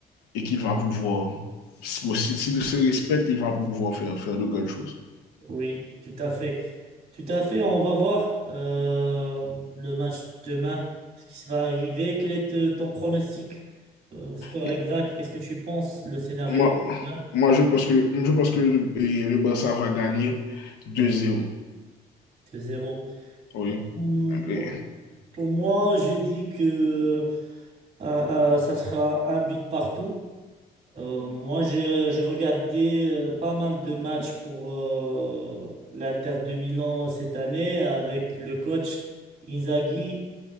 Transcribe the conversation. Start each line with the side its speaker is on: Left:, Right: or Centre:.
Left: et qu'il va pouvoir, bon, si, s'il se respecte, il va pouvoir faire, faire de grandes choses.
Right: oui, tout à fait. Tout à fait. On va voir euh, le match demain, ce qui va arriver. Quel est euh, ton pronostic? Euh, score
Left: Et
Right: exact, qu'est-ce que tu penses? Le scénario
Left: moi,
Right: de demain,
Left: moi, je pense que, je pense que le, le Barça va gagner 2-0.
Right: deux zéro.
Left: Oui.
Right: Hmm,
Left: Oui,
Right: Pour moi, je dis que euh, euh, ça sera un but partout. Euh, moi, j'ai j'ai regardé euh, pas mal de matchs pour euh, l'Inter de Milan cette année avec le coach Inzaghi.